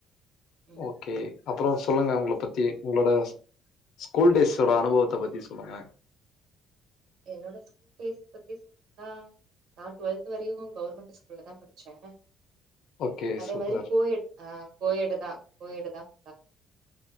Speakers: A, on the right; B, on the left.
A: ம்
B: ஓகே அப்பறோ சொல்லுங்க உங்ள பத்தி உங்ளோடஸா ஸ்கூல் டேஸ்ஸோட அனுபவத்த பத்தி சொல்லுங்க
A: என்னோட ஸ் டேஸ் பத்தி சொ னா நா டுவெல்த் வரையு கவ்ர்மெண்ட்டு ஸ்கூல்ல தா படிச்சே
B: ஓகே
A: அதே
B: சூப்பர்
A: மாரி கோயெட் ஆ கோயெடுதா கோயெடுதா <inaudible>